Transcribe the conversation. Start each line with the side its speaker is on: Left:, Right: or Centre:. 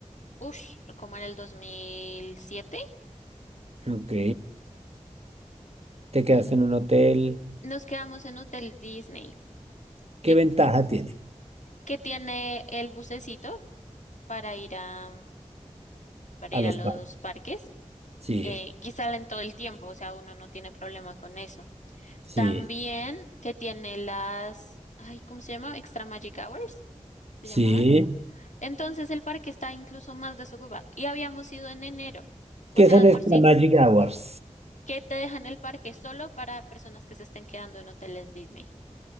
Left: ush, como en el 2007.
Right: Ok. Te quedaste en un hotel.
Left: Nos quedamos en Hotel Disney.
Right: ¿Qué
Left: ¿Y
Right: ventaja tiene
Left: qué tiene el bucecito para ir a, para
Right: a
Left: ir
Right: los
Left: a los
Right: padres?
Left: parques?
Right: Sí,
Left: eh, y salen todo el tiempo, o sea, uno no tiene problema con eso.
Right: sí,
Left: También que tiene las, ay, ¿cómo se llama? Extra Magic Hours, se
Right: sí.
Left: llamaban. Entonces el parque está incluso más desocupado y habíamos ido en enero, o
Right: ¿Qué
Left: sea,
Right: son
Left: de
Right: extra
Left: por sí,
Right: magic hours?
Left: que te dejan el parque solo para personas que se estén quedando en hoteles Disney.